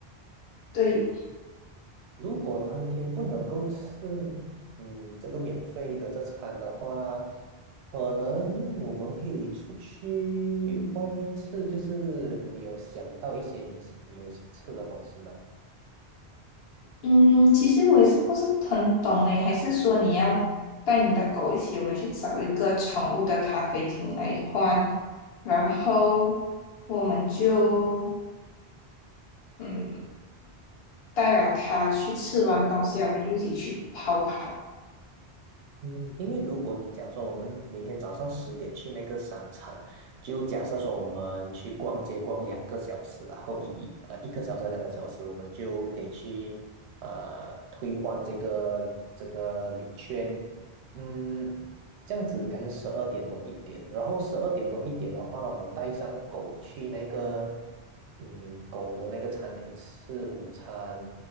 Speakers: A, on the left; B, on the right.
A: 对，
B: 如果当天不能够吃，嗯，这个免费的这餐的话，可能我们可以出去外面吃，就是你有想到一些你你有想吃的东西吗？
A: 嗯，其实我也是不是很懂诶，还是说你要带你的狗一起，我们去找一个宠物的咖啡厅来换，然后我们就嗯带了它去吃完东西，我们就一起去跑跑。
B: 嗯，因为如果你讲说我们明天早上十点去那个商场，就假设说我们去逛街逛两个小时啦然后一一呃一个小时两个小时，我们就可以去呃退换这个这个礼券，嗯，这样子应该是十二点多一点，然后十二点多一点的话，我们带上狗去那个嗯狗的那个餐厅吃午餐。